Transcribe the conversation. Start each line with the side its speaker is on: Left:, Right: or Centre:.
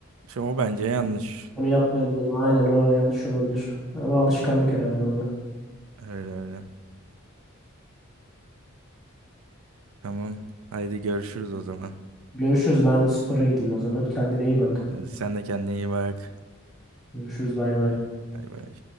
Right: Şey, o bence yanlış.
Centre: Onu yapmayabilirim. Aynen o yanlış olabilir. Ama alışkanlık
Right: Ya,
Centre: herhalde o da.
Right: Öyle öyle. Tamam. Haydi görüşürüz o zaman.
Centre: Görüşürüz. Ben de spora gideyim o zaman. Kendine iyi bak.
Right: Hadi sen de kendine iyi bak.
Centre: Görüşürüz. Bay bay.
Right: Bay bay.